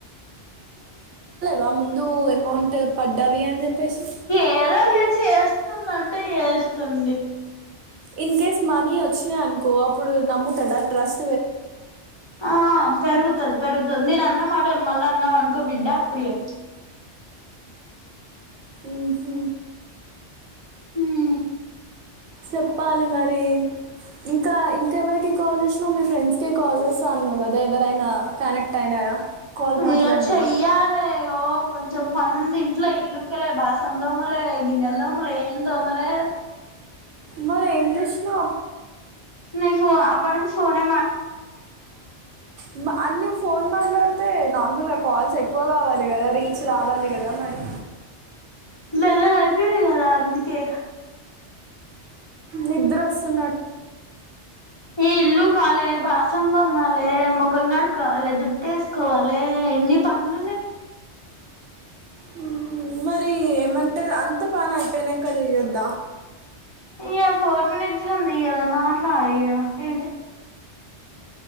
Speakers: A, on the right (about 80°); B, on the left (about 25°).
A: మౌంట్ పడ్డవి అని చెప్పేసి
B: ఏదో ఇగ చేస్తుండంటే చేస్ స్తుండు ఇగా
A: ఇన్ కేస్ మనీ వచ్చినయి అనుకో అప్పుడు నమ్ముతడా ట్రస్ట్ పెరుగుతదా.
B: ఆ పెరుగుతది పెరుగుతది నేను అన్నమాటలు మళ్ళా అన్నావ్ అనుకో బిడ్డ అప్పుడు చేప్తా.
A: ఊహూ
B: ఉహ్
A: చెప్పాలి మరి ఇంకా ఇంకెవరికి కాల్ చేసినవ్ మీ ఫ్రెండ్స్ కి కాల్ చేస్తా అన్నావ్ గదా ఎవరైనా కనెక్ట్ అయినారా. కాల్
B: అయ్యో
A: మాట్లాడినావా
B: చెయ్యాలే ఓ కొంచెం పను ఉంది, ఇంట్లో ఇల్లుక్కలే బాసం దోమలే, గిన్నెలు దోమలే ఏం దోమలేదు.
A: మరి ఏం చేసినవు అప్పటి నుంచి
B: ని ఫో ఫోన్ అప్పుట నుంచి ఫోనేమట్లాడుకుంట కూసున్న
A: ఉమ్ అన్ని ఫోన్ మాట్లాడితే న నార్మల్ గా కాల్స్ ఎక్కువ కావాలి కదా రీచ్ రావాలి కదా మరి.
B: నాయి రెండు అయిపోయినయి కదా అందుకే
A: నిద్ర వస్తున్నట్టుంది నీకు.
B: ఈ ఇల్లు కాలే, బాసల్లు తోమాలే, మొఖం కడుక్కోవాలే జు ట్టేసుకోవాలే ఎన్ని పనులున్నాయి నాకు.
A: హుహ్ మరి ఏమంటరు అంత పని అయిపోయినాంక చెయొద్దా.
B: ఇయ్యా ఫోర్ మినిట్స్ ఉంది కదా మాట్లాడు ఇ యా ఏం చేస్తాం.